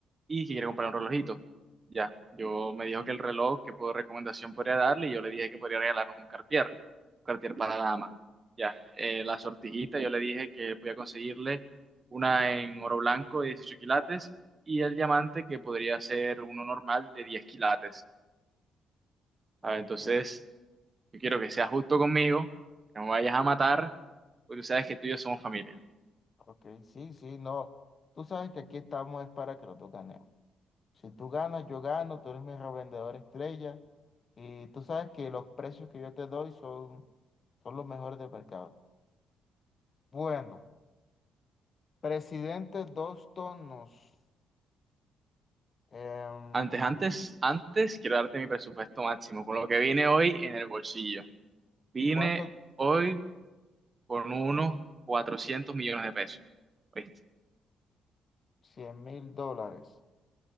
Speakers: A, on the right; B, on the left.
A: y que quiere comprar un relojito. Ya, yo me dijo que el reloj, que puedo recomendación podría darle, y yo le dije que podría regalarle un Cartier, un Cartier para dama. Ya, eh, la sortijita, yo le dije que podía conseguirle una en oro blanco de 18 quilates y el diamante que podría ser uno normal de 10 quilates. A
B: Ok,
A: ver, entonces, yo quiero que seas justo conmigo, que no me vayas a matar, porque tú sabes que tú y yo somos familia.
B: ok, sí, sí, no. Tú sabes que aquí estamos es para que los dos ganemos. Si tú ganas, yo gano, tú eres mi revendedor estrella y tú sabes que los precios que yo te doy son, son los mejores del mercado. Bueno. Presidente, dos tonos. Em,
A: Antes, antes, antes quiero darte mi presupuesto máximo, con lo que vine hoy en el bolsillo. Vine
B: ¿cuánto?
A: hoy con unos 400 millones de pesos. ¿Viste?
B: Cien mil dólares.